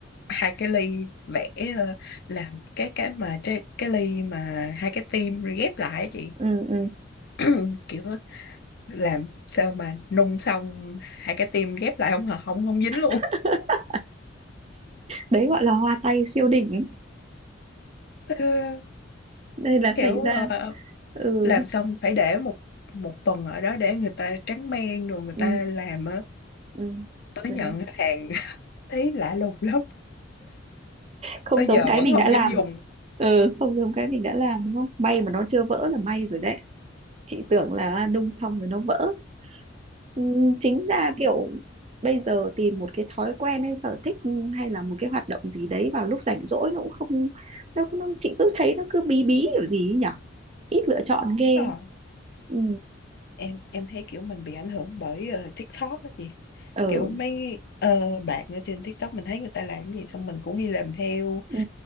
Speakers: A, on the left; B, on the right.
A: hai cái ly vẽ ờ, làm cái cái mà cái, cái ly mà hai cái tim ghép lại á chị
B: ừ ừ
A: <clears throat> kiểu á, làm sao mà nung xong hai cái tim ghép lại không hả không không dính luôn
B: <laughs> đấy gọi là hoa tay siêu đỉnh
A: <laughs>
B: đây
A: Ờ,
B: là
A: kiểu
B: thành ra
A: ờ,
B: ừ
A: làm xong phải để một một tuần ở đó để người ta tráng men rồi người
B: ừ
A: ta làm á
B: ừ
A: tới
B: quên
A: nhận
B: em.
A: hàng <laughs> thấy lạ lùng lắm
B: không
A: tới
B: giống
A: giờ
B: cái
A: vẫn
B: mình
A: không
B: đã làm
A: dám dùng
B: ừ không giống cái mình đã làm đúng không may mà nó chưa vỡ là may rồi đấy chị tưởng là nung xong rồi nó vỡ ừ, chính ra kiểu bây giờ tìm một cái thói quen hay sở thích hay là một cái hoạt động gì đấy vào lúc rảnh rỗi nó cũng không nó, nó chị cứ thấy nó cứ bí bí kiểu gì ấy nhỉ ít lựa chọn ghê
A: Ờ,
B: ừ
A: em em thấy kiểu mình bị ảnh hưởng bởi ờ, TikTok á chị
B: ừ
A: kiểu mấy ờ, bạn ở trên TikTok mình thấy người ta làm cái gì xong mình cũng đi làm theo
B: ừ